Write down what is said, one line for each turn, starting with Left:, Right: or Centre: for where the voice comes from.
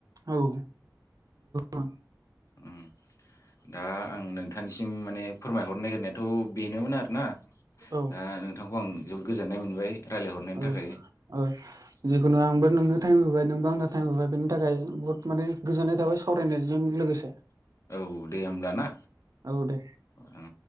Right: औ। <unintelligible>
Left: उम दा आं नोंथांनिसिम माने फोरमायहरनो नागिरनाय थ' बेनोमोन आरोना।
Right: औ
Left: ओ नोंथांखौ आं। जोबोद गोजोननाय मोनबाय रायलायहरनायनि
Right: औ
Left: थाखाय
Right: औ जिखुनु आंबो नोंनो टाइम होबाय नोंबो आंनो टाइम होबाय बेनि थाखाय बहुत माने गोजोननाय थाबाय सावरायनायजों लोगोसे
Left: औ दे होमब्ला ना
Right: औ दे
Left: उम